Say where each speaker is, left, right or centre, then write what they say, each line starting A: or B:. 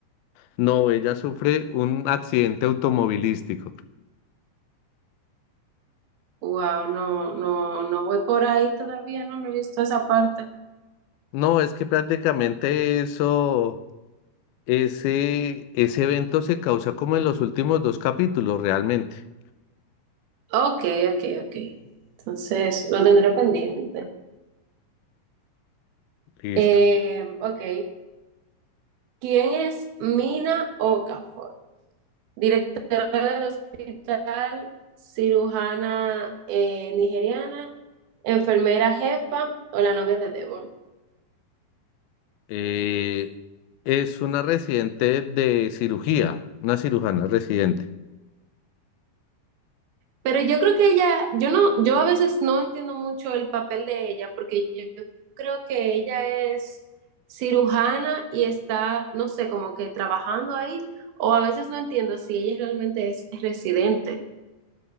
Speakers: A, on the left; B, on the right.
A: no, ella sufre un accidente automovilístico.
B: Wow, no, no, no voy por ahí todavía, no, no he visto esa parte.
A: No, es que prácticamente eso, ese, ese evento se causa como en los últimos dos capítulos realmente.
B: Ok, ok, ok. Entonces, lo tendré pendiente.
A: Listo.
B: Eh, ok. ¿Quién es Mina Okafor? Directora del hospital, cirujana eh, nigeriana, enfermera jefa o la novia de Devon.
A: Eh, es una residente de cirugía, una cirujana residente.
B: Pero yo creo que ella, yo no, yo a veces no entiendo mucho el papel de ella, porque yo creo que ella es cirujana y está, no sé, como que trabajando ahí, o a veces no entiendo si ella realmente es residente.